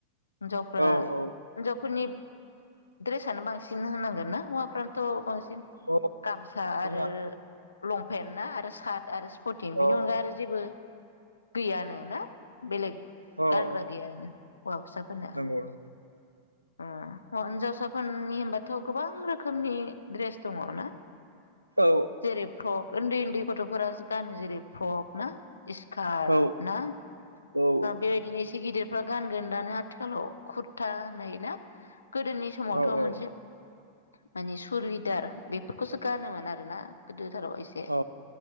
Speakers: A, on the left; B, on the right.
A: हिन्जावफ्रा
B: औ औ
A: हिन्जावफोरनि ड्रेसानो बांसिन होनांगोन ना हौवाफ्रानोथ' बांसिन
B: औ
A: गामसा
B: रोङा
A: आरो लंपेन्ट ना आरो सार्ट आरो स्पथिं
B: औ
A: बिनि अनगा
B: औ
A: आरो जेबो गैयानो ना बेलेग।
B: औ
A: गानग्रा
B: औ
A: गैया आरोना हौवासाफोरना।
B: नंगौ नंगौ
A: अ हिनजावसाफोरनि होनबाथ' गोबां रोखोमनि द्रेस दङ ना।
B: औ
A: जेरै फ्रक उन्दै उन्दै गथ'फोरा गानो जेरै फ्रक ना स्कार्ट
B: औ
A: ना
B: औ औ
A: बेबायदिनो एसे गिदिर फोरा गानगोन दानो आथिखालाव खुरथा होननाय ना। गोदोनि समावथ'
B: औ
A: मोनसे माने सुरलिदार बेफोरखौसो गानोमोन आरोना गोदोथाराव एसे
B: औ अ औ